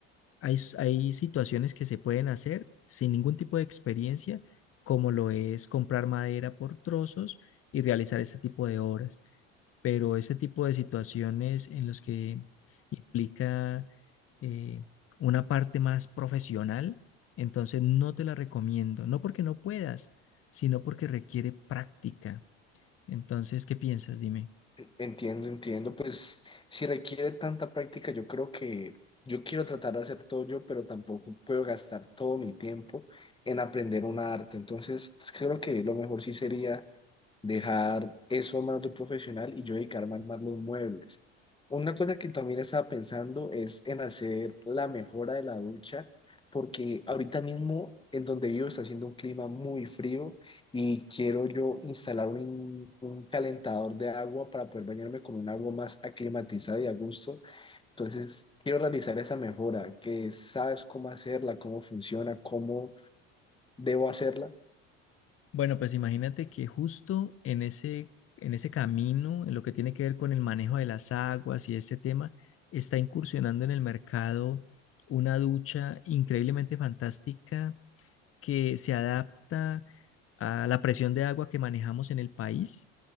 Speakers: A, on the left; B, on the left.
A: hay, s- hay situaciones que se pueden hacer sin ningún tipo de experiencia, como lo es comprar madera por trozos y realizar este tipo de obras. Pero ese tipo de situaciones en los que implica eh, una parte más profesional, entonces no te la recomiendo. No porque no puedas, sino porque requiere práctica. Entonces, ¿qué piensas? Dime.
B: Entiendo, entiendo, pues si requiere tanta práctica, yo creo que yo quiero tratar de hacer todo yo, pero tampoco puedo gastar todo mi tiempo en aprender un arte. Entonces, pues, creo que lo mejor sí sería dejar eso a manos de un profesional y yo dedicarme a armar los muebles. Una cosa que también estaba pensando es en hacer la mejora de la ducha, porque ahorita mismo en donde vivo está haciendo un clima muy frío y quiero yo instalar un, in- un calentador de agua para poder bañarme con un agua más aclimatizada y a gusto. Entonces, quiero realizar esa mejora, que sabes cómo hacerla, cómo funciona, cómo debo hacerla.
A: Bueno, pues imagínate que justo en ese, en ese camino, en lo que tiene que ver con el manejo de las aguas y este tema, está incursionando en el mercado una ducha increíblemente fantástica que se adapta a la presión de agua que manejamos en el país